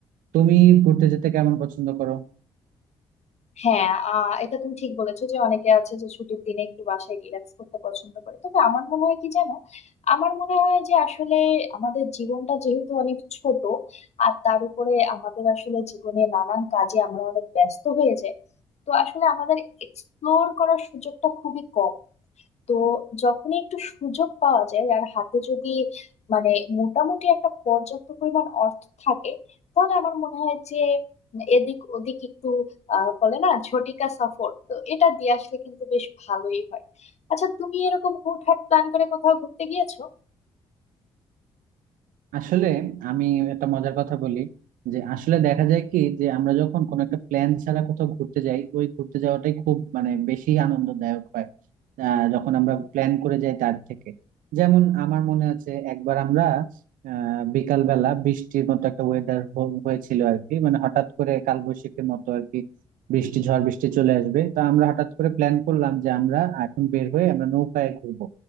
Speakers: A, on the right; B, on the left.
A: তুমি ঘুরতে যেতে কেমন পছন্দ করো
B: হ্যাঁ আহ এটা তুমি ঠিক বলেছো যে অনেকে আছে যে ছুটির দিনে একটু বাসায় রিল্যাক্স করতে পছন্দ করে তবে আমার মনে হয় কি জানো আমার মনে হয় যে আসলে আমাদের জীবনটা যেহেতু অনেক ছোট আর তার উপরে আমাদের আসলে জীবনে নানান কাজে আমরা অনেক ব্যস্ত হয়ে যাই তো আসলে আমাদের এক্সপ্লোর করার সুযোগটা খুবই কম তো যখনই একটু সুযোগ পাওয়া যায় আর হাতে যদি মানে মোটামুটি একটা পর্যাপ্ত পরিমাণ অর্থ থাকে তাহলে আমার মনে হয় যে উম, এদিক ওদিক একটু আহ বলে না ঝটিকা সফর তো এটা দিয়ে আসলে কিন্তু বেশ ভালোই হয় আচ্ছা তুমি এরকম হুটহাট প্ল্যান করে কোথাও ঘুরতে গিয়েছো
A: আসলে আমি একটা মজার কথা বলি যে আসলে দেখা যায় কি যে আমরা যখন কোনো একটা প্ল্যান ছাড়া কোথাও ঘুরতে যাই ওই ঘুরতে যাওয়াটাই খুব মানে বেশি আনন্দদায়ক হয় আহ, যখন আমরা প্ল্যান করে যাই তার থেকে যেমন আমার মনে আছে একবার আমরা আহ বিকালবেলা বৃষ্টির মতো একটা ওয়েদার হয়েছিল আর কি মানে হঠাৎ করে কালবৈশাখীর মতো আর কি বৃষ্টি ঝড় বৃষ্টি চলে আসবে তা আমরা হঠাৎ করে প্ল্যান করলাম যে আমরা এখন বের হয়ে আমরা নৌকায় ঘুরবো